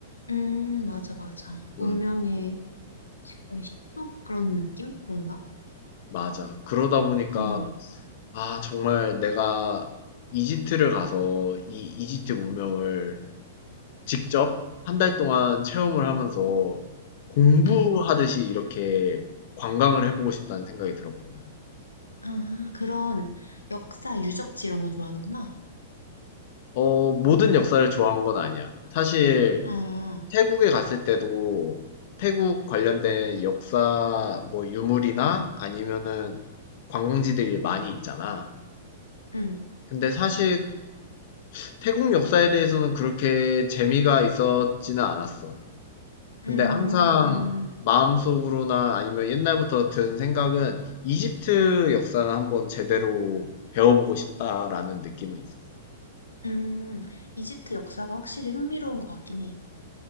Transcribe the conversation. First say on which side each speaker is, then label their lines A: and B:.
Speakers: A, on the left; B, on the left.
A: 음, 맞아, 맞아. 운명의
B: 음,
A: 거의 시초 그런 느낌? 뭔가?
B: 맞아. 그러다 보니까,
A: 응.
B: 아, 정말 내가 이집트를 가서 이 이집트 문명을 직접 한 달 동안 체험을 하면서 공부하듯이
A: 응.
B: 이렇게 관광을 해보고 싶다는 생각이 들었거든.
A: 아, 그런 역사 유적지 이런 거 좋아하는구나.
B: 어, 모든 역사를 좋아한 건 아니야. 사실,
A: 아,
B: 태국에 갔을 때도 태국 관련된 역사 뭐 유물이나 아니면은 관광지들이 많이 있잖아.
A: 응.
B: 근데 사실 태국 역사에 대해서는 그렇게 재미가 있었지는 않았어. 근데
A: 음,
B: 항상
A: 음,
B: 마음속으로나 아니면 옛날부터 든 생각은 이집트 역사를 한번 제대로 배워보고 싶다라는 느낌은 있었어.
A: 음. 이집트 역사가 확실히 흥미로운 것 같긴 해.